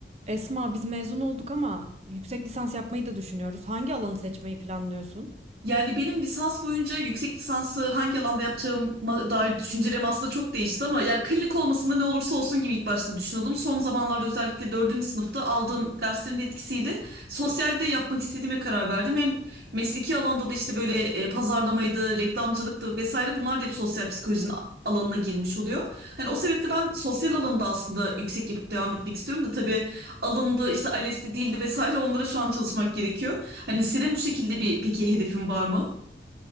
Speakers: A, on the right; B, on the right.
A: Esma, biz mezun olduk ama yüksek lisans yapmayı da düşünüyoruz. Hangi alanı seçmeyi planlıyorsun?
B: Yani benim lisans boyunca yüksek lisansı hangi alanda yapacağıma dair düşüncelerim aslında çok değişti ama ya klinik olmasında ne olursa olsun gibi ilk başta düşünüyordum. Son zamanlarda özellikle dördüncü sınıfta aldığım derslerin de etkisiyle sosyalde yapmak istediğime karar verdim. Hem mesleki alanda da işte böyle e, pazarlamaydı, reklamcılıktı vesaire bunlar da hep sosyal psikolojinin alanına girmiş oluyor. Hani o sebeple ben sosyal alanda aslında yüksek yapıp devam etmek istiyorum da tabii alımda işte ALES'ti değildi vesaire onlara şu an çalışmak gerekiyor. Hani senin bu şekilde bir peki hedefin var mı?